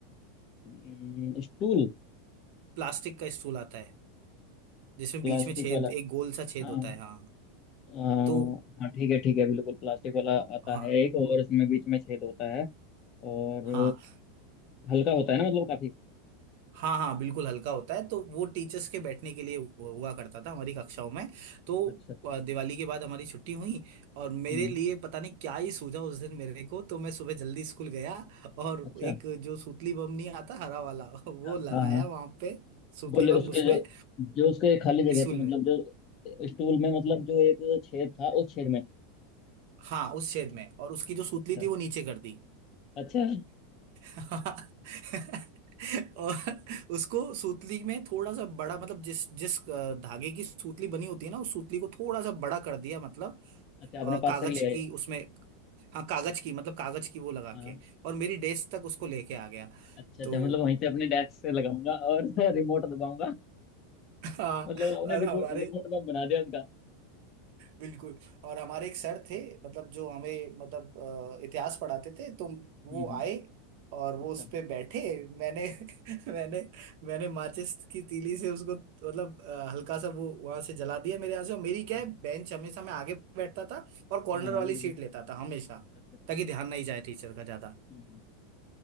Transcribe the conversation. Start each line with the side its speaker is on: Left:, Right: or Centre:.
Left: हम्म, स्टूल
Right: प्लास्टिक का स्टूल आता है जिसमें
Left: प्लास्टिक
Right: बीच में छेद
Left: वाला
Right: एक गोल सा छेद
Left: हाँ
Right: होता है हाँ
Left: अ,
Right: तो
Left: हाँ ठीक है ठीक है बिल्कुल प्लास्टिक वाला आता
Right: हाँ
Left: है एक और इसमें बीच में छेद होता है और
Right: हाँ
Left: हल्का होता है ना मतलब काफी
Right: हाँ हाँ बिल्कुल हल्का होता है तो वो टीचर्स के बैठने के लिए हु- हुआ करता था हमारी कक्षाओं में तो
Left: अच्छा अच्छा
Right: अ, दिवाली के बाद हमारी छुट्टी हुई और मेरे
Left: हम्म
Right: लिए पता नहीं क्या ही सूझा उस दिन मेरे को तो मैं सुबह जल्दी स्कूल गया और
Left: अच्छा
Right: एक जो सूतली बम नहीं आता हरा वाला <laughs> वो
Left: हाँ
Right: लगाया
Left: हाँ
Right: वहां पे सूतली
Left: बोले
Right: बम
Left: उसके
Right: उसमें
Left: जो जो उसके खाली जगह
Right: स्कूल
Left: थी
Right: में
Left: मतलब जो स्टूल में मतलब जो एक छेद था उस छेद में
Right: हाँ उस छेद में और उसकी जो सूतली
Left: अच्छा
Right: थी वो नीचे कर दी
Left: अच्छा
Right: हाँ। <laughs> और उसको सूतली में थोड़ा सा बड़ा मतलब जिस जिस अ, धागे की सूतली बनी होती है ना उस सूतली को थोड़ा सा बड़ा कर दिया मतलब
Left: अच्छा आपने
Right: अ,
Left: पास
Right: कागज
Left: तक ले आए
Right: की उसमें हाँ कागज की मतलब कागज की वो लगा
Left: हाँ
Right: के और मेरी डेस्क तक उसको लेके आ गया
Left: अच्छा
Right: तो
Left: अच्छा मतलब वहीं से अपने डेस्क से लगाऊंगा और <laughs> रिमोट दबाऊंगा
Right: हाँ
Left: मतलब आपने
Right: और
Left: रिमोट
Right: हमारे
Left: रिमोट बम बना दिया उसका
Right: बिल्कुल और हमारे एक सर थे मतलब जो हमें मतलब अ, इतिहास पढ़ाते थे तो
Left: हम्म
Right: वो
Left: हम्म,
Right: आए और वो
Left: अच्छा
Right: उस पे बैठे मैंने <laughs> मैंने मैंने माचिस की तीली से उसको मतलब अ, हल्का सा वो वहां से जला दिया मेरे यहाँ से और मेरी क्या
Left: हम्म,
Right: है बेंच हमेशा मैं आगे बैठता था और कॉर्नर
Left: हाँ हाँ
Right: वाली
Left: बिल्कुल
Right: सीट लेता था हमेशा
Left: अच्छा अच्छा
Right: ताकि ध्यान नहीं जाए टीचर का ज्यादा
Left: हम्म हम्म,